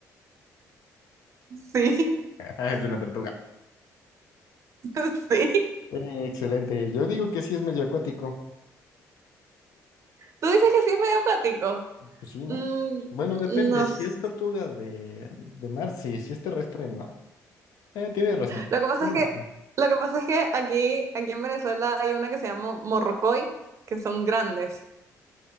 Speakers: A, on the right; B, on the left.
A: sí,
B: <laughs> Es de una tortuga.
A: <laughs> sí.
B: Eh, excelente. Yo digo que sí es medio acuático.
A: Tú dices que sí es medio acuático.
B: Pues sí, ¿no?
A: Mm,
B: Bueno, depende.
A: no.
B: Si
A: sé.
B: es tortuga de, de mar, sí. Si es terrestre, no. Eh, tiene razón.
A: Lo que pasa
B: Tiene
A: es que,
B: razón.
A: lo que pasa es que aquí, aquí en Venezuela hay una que se llama morrocoy, que son grandes.